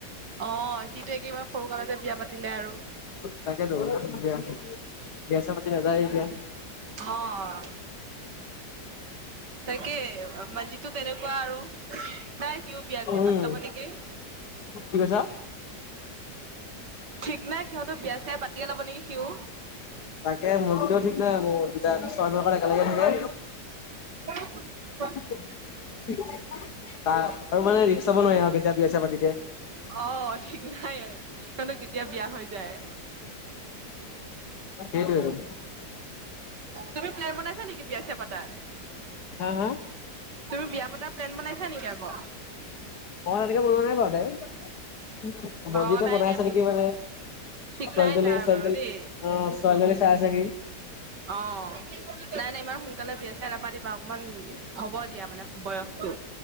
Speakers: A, on the right; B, on the left.
A: অ' সিতো একেবা সৰু কালতে বিয়া পাতিলে আৰু।
B: তাকেইতো বিয়া, বিয়া চিয়া পাতি নাযায়ে এতিয়া।
A: অ' তাকে, মানজিতো তেনেকুৱা আৰু। নাই, সিও বিয়া
B: উম,
A: চিয়া পাতি ল'ব নেকি।
B: কি কৈছা?
A: ঠিক নাই সিহঁতো বিয়া চিয়াই পাতিয়ে ল'ব নেকি। সিও।
B: তাকে মঞ্জিতেও ঠিক নাই, মঞ্জিতা ছয়ভাগৰ একেলগে থাকে।
A: <unintelligible>
B: তা আৰু মানে ৰিক্স ল'ব নোৱাৰি আৰু কেতিয়া বিয়া আছে পাতি দিয়ে।
A: অ' ঠিক নাই মানে কেতিয়া বিয়া হৈ যায়।
B: সেইটোৱেইতো।
A: তুমি প্লেন বনাইছা নেকি বিয়া চিয়া পাতাৰ?
B: হা, হা?
A: তুমি বিয়া পতাৰ প্লেন বনাইছা নেকি আকৌ?
B: অ' তেনেকে বনোৱা নাই বাৰুতে। চঞ্জিপে
A: অ নাই
B: বনাই
A: নাই
B: আছে নেকি মানে?
A: ঠিক
B: ছোৱালী-টোৱালি,
A: নাই তাৰ
B: ছোৱালী-টোৱলি,
A: বাৰু দেই
B: অ' ছোৱালী-টোৱালী চাই আছে সি।
A: অ নাই নাই, ইমান সোনকালে বিয়া-চিয়া নাপাতিবা, অকমান হ'ব দিয়া মানে বয়সটো।